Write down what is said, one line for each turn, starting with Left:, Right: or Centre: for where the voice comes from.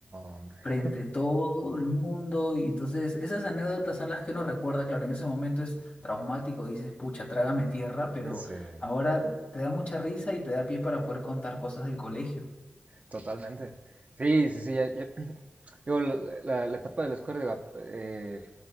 Right: hombre.
Left: frente a todo el mundo. Y entonces esas anécdotas son las que uno recuerda, claro, en ese momento es traumático, dices, pucha, trágame tierra, pero
Right: Ese,
Left: ahora te da mucha risa y te da pie para poder contar cosas del colegio.
Right: Totalmente. Sí, sí, sí. ya- ya- <clears throat> digo, la, la- la etapa de la escuela, digo, eh,